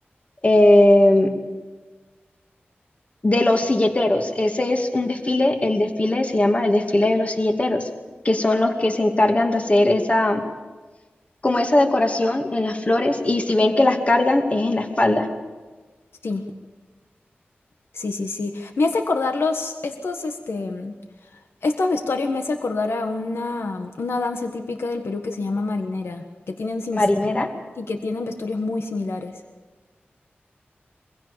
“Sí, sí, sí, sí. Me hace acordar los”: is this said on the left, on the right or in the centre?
Left